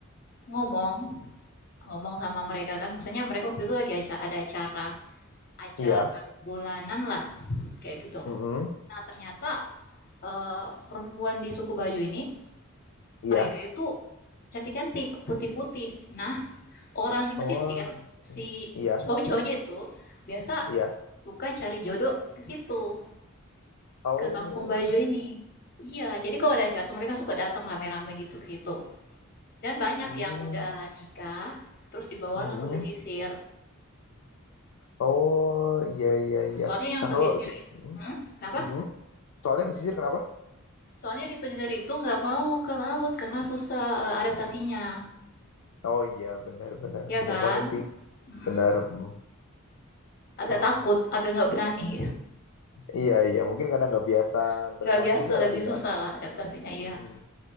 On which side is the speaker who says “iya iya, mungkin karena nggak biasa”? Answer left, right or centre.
Left